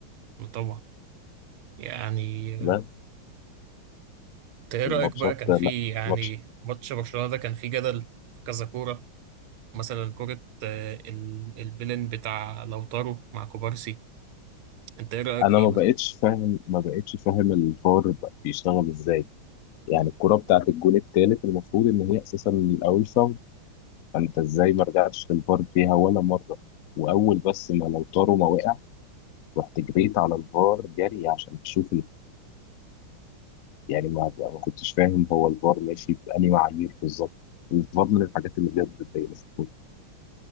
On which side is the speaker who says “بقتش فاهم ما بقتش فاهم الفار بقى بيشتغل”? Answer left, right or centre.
Left